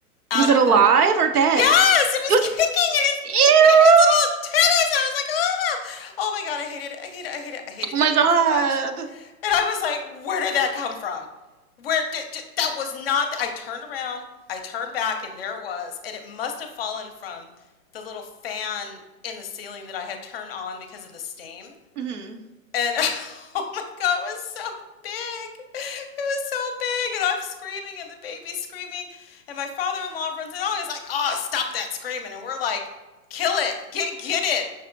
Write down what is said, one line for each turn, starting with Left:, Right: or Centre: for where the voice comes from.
Left: out
Right: Was it
Left: of
Right: alive
Left: the
Right: or dead?
Left: Yes! It was
Right: It was.
Left: kicking and it's
Right: Ew.
Left: waving its little antennas. I was like, ah! Oh my God, I hate it. I hate it. I hate it. I hate it
Right: Oh
Left: down
Right: my God.
Left: here so much. And I was like, where did that come from? Where did, did- that was not I turned around, I turned back, and there it was. And it must have fallen from the little fan in the ceiling that I had turned on because of the steam.
Right: hmm
Left: And <laughs> oh my God, it was so big. It was so big. And I'm screaming, and the baby's screaming. And my father-in-law runs in. Oh, he's like, oh, stop that screaming. And we're like, kill it. Get get it.